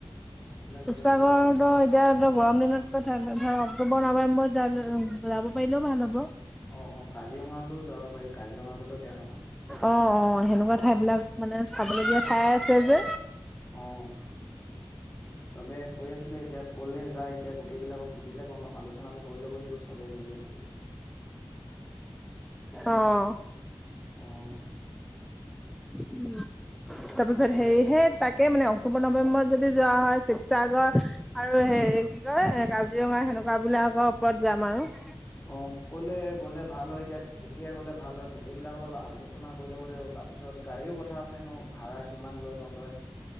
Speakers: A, on the left (about 25°); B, in the centre.
A: সেইবিলাক জেগাতো
B: শিৱসাগৰোটো
A: যাব পাৰি
B: এতিয়া তই গৰম দিনত তোৰ ধৰক অক্টোবৰ নৱেম্বৰত যা যাব পাৰিলেও ভাল হ'ব।
A: অহ, অহ, কাজিৰঙালৈও যাব পাৰি কাজিৰঙা গ'লেও বেয়া নহয়।
B: অ', অ', সেনেকুৱা ঠাই বিলাক মানে চাবলগীয়া ঠাই আছে যে।
A: অ', চবে কৈ আছিলে এতিয়া ক'লে যায় এতিয়া গোটেই বিলাকক সুধিলে গম পাম আলোচনাটো কৰি ল'ব লাগিব। চবে মিলি মিলি।
B: অহ।
A: অহ।
B: উম। তাৰপিছত
A: এতিয়া
B: সেয়েহে তাকে মানে অক্টোবৰ নৱেম্বৰ যদি যোৱা হয় শিৱসাগৰ আৰু হেৰি কি কয় কাজিৰঙা সেনেকুৱা বিলাকৰ ওপৰত যাম আৰু। <inaudible>
A: সকলোৱে গ'লে ভাল হয় এতিয়া কেতিয়া গ'লে ভাল হয় গোটেই বিলাকৰ লগত আলোচনা কৰি ল'ব লাগিব তাৰ পিছত গাড়ীও কথা আছে ন' ভাড়া কিমান লয় নলয়,